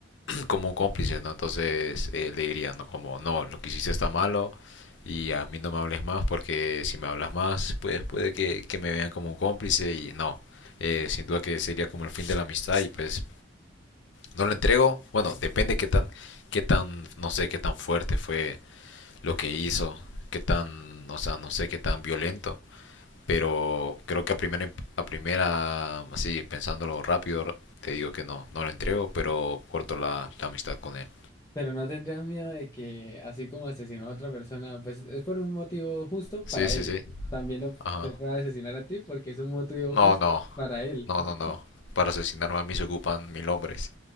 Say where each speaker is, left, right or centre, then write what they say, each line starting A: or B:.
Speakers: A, on the left (about 70°); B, on the left (about 20°).
A: como un cómplice, ¿no? Entonces eh, le diría, ¿no? Como, no, lo que hiciste está malo y a mí no me hables más porque si me hablas más, pues puede que, que me vean como un cómplice y no. Eh, sin duda que sería como el fin de la amistad y pues no lo entrego. Bueno, depende qué tan, qué tan, no sé, qué tan fuerte fue lo que hizo, qué tan, o sea, no sé, qué tan violento. Pero creo que a primera, a primera, así pensándolo rápido, te digo que no, no lo entrego, pero corto la, la amistad con él.
B: Pero no tendrías miedo de que, así como asesinó a otra persona, pues es por un motivo justo
A: Sí,
B: para
A: sí,
B: él.
A: sí.
B: También lo
A: Ajá.
B: te puede asesinar a ti porque es un motivo
A: No,
B: justo
A: no.
B: para él.
A: No,
B: <laughs>
A: no, no. Para asesinarme a mí se ocupan mil hombres.